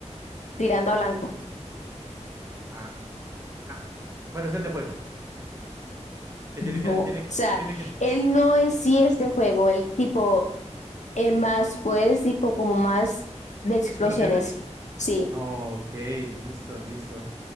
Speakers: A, on the left; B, on the right.
A: tirando a blanco.
B: Ah. ah. Bueno, es el de fuego. Que
A: No,
B: tiene que, tiene,
A: o
B: que-
A: sea,
B: tiene que.
A: él no en sí es de fuego, él tipo eh, más poderes, tipo como más de explosiones.
B: ¿Explosiones?
A: Sí,
B: Ok, listo, listo.